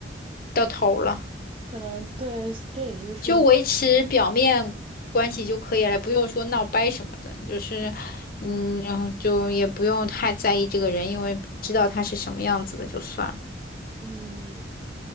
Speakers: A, on the left (about 50°); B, on the right (about 30°).
A: 到头了，
B: 可能对，这也就是说，
A: 就维持表面关系就可以了，不用说闹掰什么的，你就是嗯，然后就也不用太在意这个人，因为知道他是什么样子的就算了。
B: 嗯，